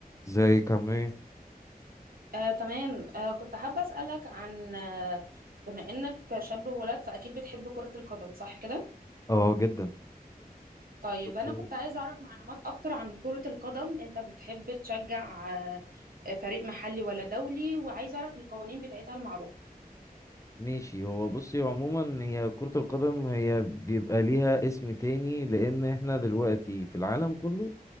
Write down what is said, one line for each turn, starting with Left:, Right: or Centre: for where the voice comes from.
Left: زي كمان
Right: آه، تمام آه، كنت حابة أسألك عن آه، بما إنك شاب وولد فأكيد بتحب كرة القدم صح كده؟
Left: اه جدا
Right: طيب
Left: بصي
Right: أنا كنت عايزة أعرف معلومات أكتر عن كرة القدم أنت بتحب تشجع آه، فريق محلي ولا دولي وعايزة أعرف القوانين بتاعتها المعروفة
Left: ماشي هو بصي عموما هي كرة القدم هي بيبقى ليها اسم تاني لأن احنا دلوقتي في العالم كله